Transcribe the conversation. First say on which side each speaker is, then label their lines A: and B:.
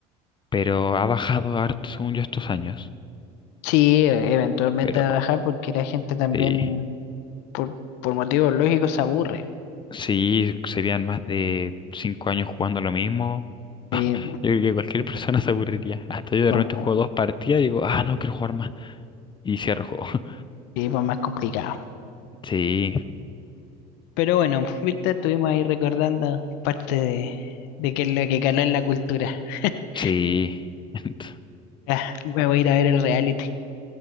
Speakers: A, on the left (about 25°); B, on the left (about 75°).
A: pero ha bajado harto según yo estos años.
B: Sí, eh, eventualmente
A: Pero
B: va a bajar porque la gente también,
A: sí,
B: por, por motivos lógicos, se aburre.
A: sí, serían más de cinco años jugando lo mismo. <laughs>
B: Sí,
A: Yo creo que cualquier persona se aburriría. Hasta yo de
B: como,
A: repente juego dos partidas y digo, ah, no quiero jugar más. Y cierro el juego. <laughs>
B: sí, pues más complicado.
A: Sí,
B: Pero bueno, Víctor, estuvimos ahí recordando parte de, de qué es lo que caló en la cultura. <laughs>
A: sí. <laughs>
B: Ya, me voy a ir a ver el reality.